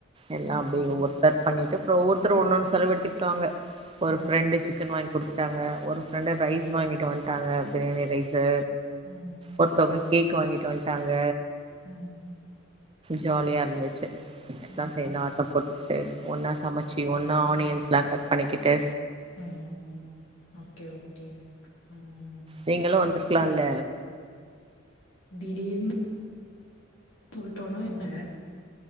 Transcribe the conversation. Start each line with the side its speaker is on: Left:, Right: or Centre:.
Right: எல்லா
Left: ம்
Right: அப்டி ஒவ்வொருத்தர் பண்ணிட்டு அப்புற ஒவ்வெருத்த ஒண்ணு ஒண்ணு செலவு எடுத்துக்கிட்டாக ஒரு
Left: ம்
Right: ஃப்ரெண்டு சிக்கன் வாங் குடுத்துட்டாங்க ஒரு ஃப்ரெண்டு ரைஸ் வாங்கிட்டு வந்துட்டாங்க பிரியாணி ரைஸு
Left: ம்
Right: ஒருத்தங்க கேக் வாங்கிட்டு வண்டாங்க
Left: ம்
Right: ஜாலியா இருந்துச்சு <unintelligible> எல்லா
Left: ம்
Right: சேந்து ஆட்டம் போட் <unintelligible> ஒன்ன சமச்சி
Left: சேரி
Right: ஒன்னா
Left: சேரி
Right: ஆனியன்ஸ் எல்லா கட் பண்ணிக்கிட்டு
Left: உம் ஓகே ஓகே உம்
Right: நீங்களும் வந்துரு இருக்கலால்ல
Left: திடீர்னு புல்டோன என்ன